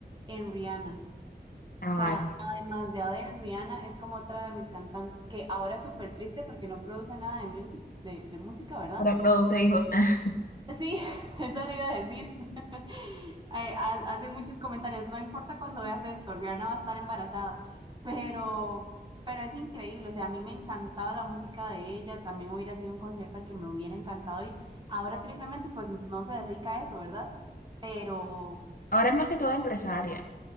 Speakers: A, on the right (about 25°); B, on the left (about 55°).
A: en Rihanna.
B: Ay,
A: O sea, además de Adele, Rihanna es como otra de mis cantantes que ahora es súper triste porque no produce nada de, music, de, de música, ¿verdad?
B: para produce hijos. <laughs>
A: Sí, <laughs> eso le iba a decir. <laughs> Eh, ha- Hace muchos comentarios, no importa cuando veas esto, Rihanna va a estar embarazada, pero, pero es increíble, o sea, a mí me encantaba la música de ella, también hubiera sido un concierto al que me hubiera encantado ir. Ahora tristemente pues no se dedica a eso, ¿verdad? Pero...
B: Ahora es más que todo empresaria.